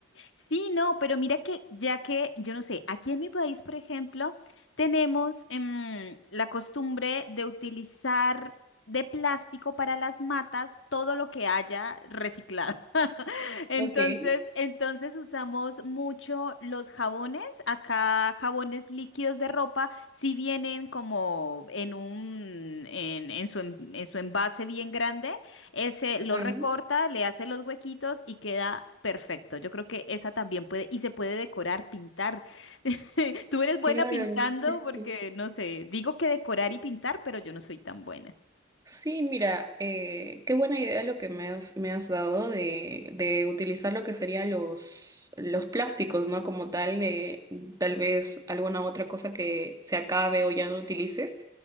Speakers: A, on the left; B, on the right.
A: sí, no, pero mira que ya que, yo no sé, aquí en mi país, por ejemplo, tenemos em, la costumbre de utilizar de plástico para las matas todo lo que haya reciclado. <laughs> Entonces,
B: Ok,
A: entonces usamos mucho los jabones, acá jabones líquidos de ropa, si vienen como en un, en, en su, en en su envase bien grande ese lo
B: ah,
A: recorta, le hace los huequitos y queda perfecto. Yo creo que esa también puede, y se puede decorar, pintar. <laughs> Tú eres buena
B: claro,
A: pintando
B: sí, sí,
A: porque,
B: sí.
A: no sé, digo que decorar y pintar, pero yo no soy tan buena.
B: Sí, mira, eh, qué buena idea lo que me has, me has dado de, de utilizar lo que serían los, los plásticos, ¿no? Como tal, de tal vez alguna otra cosa que se acabe o ya no utilices,